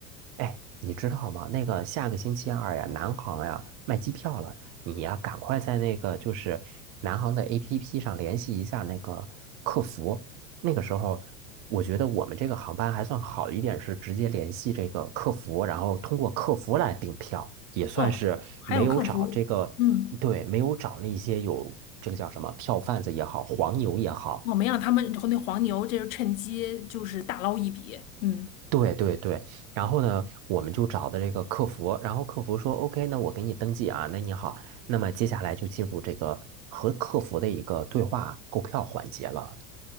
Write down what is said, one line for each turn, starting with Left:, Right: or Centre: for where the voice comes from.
Right: “哎，你知道吗？那个下个星期二呀，南航呀卖机票了，你呀赶快在那个就是南航的 APP 上联系一下那个客服。那个时候，我觉得我们这个航班还算好一点，是直接联系这个客服，然后通过客服来订票，也算是没有找这个。”对，
Left: 哦，还有客服，嗯，
Right: 没有找那些有这个叫什么票贩子也好，黄牛也好，
Left: 我没让他们和那黄牛，这是趁机就是大捞一笔。嗯，
Right: 对对对。然后呢，我们就找的这个客服，然后客服说：“OK，那我给你登记啊，那你好。”那么接下来就进入这个和客服的一个对话购票环节了。